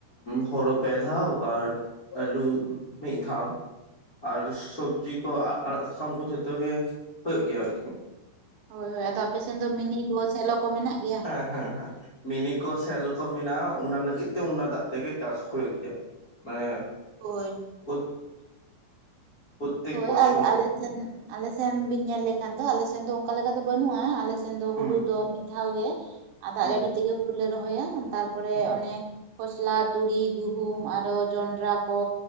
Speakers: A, on the left (about 25°); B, on the right (about 70°).
A: ᱦᱳᱲᱳ ᱯᱮ ᱫᱷᱟᱣ ᱟᱨ ᱟᱹᱞᱩ ᱢᱤᱫ ᱫᱷᱟᱣ ᱟᱨ ᱥᱚᱵᱽᱡᱤ ᱠᱚ ᱟᱲᱟᱜ ᱥᱟᱠᱟᱢ ᱠᱚ ᱡᱷᱚᱛᱚ ᱜᱮ ᱦᱳᱭᱳᱜ ᱜᱮᱭᱟ ᱟᱨᱠᱤ
B: ᱦᱳᱭ ᱦᱳᱭ ᱟᱫᱚ ᱟᱯᱮ ᱥᱮᱱ ᱫᱚ ᱢᱤᱱᱤ ᱠᱚ ᱥᱮᱞᱚ ᱠᱚ ᱢᱮᱱᱟᱜ ᱜᱮᱭᱟ᱾
A: ᱦᱮᱸ ᱦᱮᱸ ᱦᱮᱸ ᱢᱤᱱᱤ ᱠᱚ ᱥᱮᱞᱚ ᱠᱚ ᱢᱮᱱᱟᱜ-ᱟ ᱚᱱᱟ ᱞᱟᱹᱜᱤᱫ ᱛᱮ ᱚᱱᱟ ᱫᱟᱜ ᱛᱮ ᱜᱮ ᱪᱟᱥ ᱦᱩᱭᱩᱜ ᱜᱮᱭᱟ᱾ <inaudible>
B: ᱦᱳᱭ
A: <inaudible> ᱯᱨᱚᱛᱛᱮᱠ
B: ᱦᱳᱭ
A: ᱵᱚᱪᱷᱚᱨ
B: ᱟᱞ ᱟᱞᱮ ᱴᱷᱮᱱ ᱟᱞᱮ ᱥᱮᱱ ᱵᱤᱱ ᱧᱮᱞ ᱞᱮᱠᱷᱟᱱ ᱫᱚ ᱟᱞᱮ ᱥᱮᱱ ᱫᱚ ᱚᱱᱠᱟ ᱞᱮᱠᱟ ᱫᱚ ᱵᱟᱹᱱᱩᱜ-ᱟ ᱟᱞᱮ ᱥᱮᱱ ᱫᱚ
A: ᱦᱩᱸ
B: ᱦᱩᱲᱩ ᱫᱚ ᱢᱤᱫ ᱫᱷᱟᱣ ᱜᱮ ᱟᱨ ᱫᱟᱜ
A: ᱦᱩᱸ
B: ᱡᱟᱹᱲᱤ ᱛᱮᱜᱮ ᱦᱩᱲᱩ ᱞᱮ ᱨᱚᱦᱚᱭᱟ ᱛᱟᱨᱯᱚᱨᱮ
A: ᱦᱩᱸ
B: ᱚᱱᱮ ᱠᱷᱚᱥᱞᱟ ᱛᱩᱲᱤ ᱜᱩᱦᱩᱢ ᱟᱨᱚ ᱡᱚᱱᱰᱨᱟ ᱠᱚ